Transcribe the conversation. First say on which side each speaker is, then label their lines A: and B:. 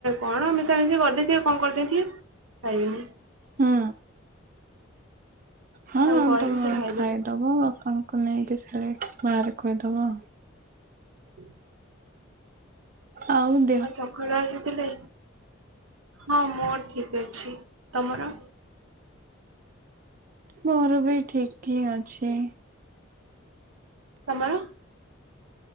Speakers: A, on the right; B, on the right.
A: କଣ ମିଶାମିଶି କରିଦେଇଥିବେ କଣ କରିଦେଇଥିବେ ଖାଇବିନି।
B: ହୁଁ। ହଁ
A: ତାଙ୍କୁ କହିବି
B: ତମେ
A: ସେ ଖାଇଦେବେ
B: ଖାଇଦବ ଆଉ କଁ? କୁନେଇକି ସାଡେ ବାହାରେ ଖୋଇଦବ।
A: ହୁଁ
B: ହଉ।
A: ଆଉ ଚକୁଳିଆ ଆସିଥିଲେ ହଁ ମୋର ଠିକ୍ ଅଛି ତମର?
B: ମୋର ବି ଠିକ୍ ହିଁ ଅଛି।
A: ତମର?